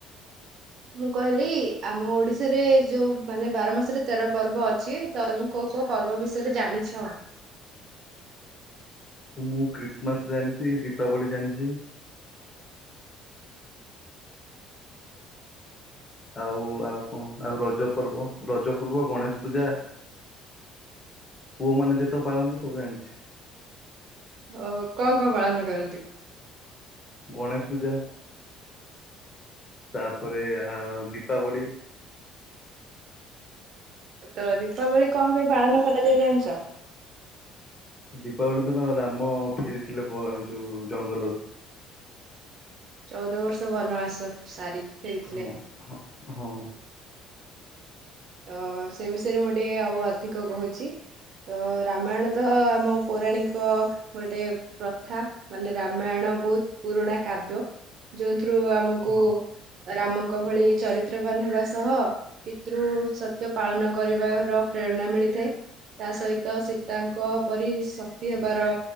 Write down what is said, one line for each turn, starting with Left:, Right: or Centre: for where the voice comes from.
Right: ମୁଁ କହିଲି ଆମ ଓଡିଶାରେ ଯୋଉ ମାନେ ବାର ମାସରେ ତେର ପର୍ବ ଅଛି ତ ତମେ କୋଉ କୋଉ ପର୍ବ ବିଷୟରେ ଜାଣିଛ
Left: ମୁଁ ଖ୍ରୀଷ୍ଟମାସ ଜାଣିଛି ଦୀପାବଳି ଜାଣିଛି ଆଉ ଆଉ କଣ ଆଉ ରଜ ପର୍ବ ରଜ ପର୍ବ ଗଣେଶ ପୂଜା ପୁଅ ମାନେ ଯେତେବେଳେ ପାଳନ୍ତି ସବୁ ଜାଣିଛି
Right: ଓ କଣ କଣ ପାଳନ କରନ୍ତି
Left: ଗଣେଶ ପୂଜା ତାପରେ ଆଉ ଦୀପାବଳି
Right: ତ ଦୀପାବଳି କଣ ପାଇଁ ପାଳନ କରା ଯାଏ ଜାଣିଛ
Left: ଦୀପାବଳି ଦିନ ରାମ ଫେରିଥିଲେ ବ ଯୋଉ ଜଙ୍ଗଲରୁ
Right: ଚଉଦ ବର୍ଷ ବନବାସ ସାରି ଫେରିଥିଲେ
Left: ହଁ ହଁ
Right: ତ ସେ ବିଷୟରେ ମୁଁ ଟିକେ ଆଉ ଅଧିକ କହୁଛି ତ ରାମାୟଣ ତ ଆମ ପୌରାଣିକ ଗୋଟେ ପ୍ରଥା ମାନେ ରାମାୟଣ ବହୁତ ପୁରୁଣା କାବ୍ୟ ଯୋଉ ରୁ ଆମକୁ
Left: ହଁ
Right: ରାମଙ୍କ ଭଳି ଚରିତ୍ରବାନ ହେବା ସହ ପିତୃ ସତ୍ୟ ପାଳନ କରିବାର ପ୍ରେରଣା ମିଳିଥାଏ ତା ସହିତ ସୀତାଙ୍କ ପରି ଶକ୍ତି ହେବାର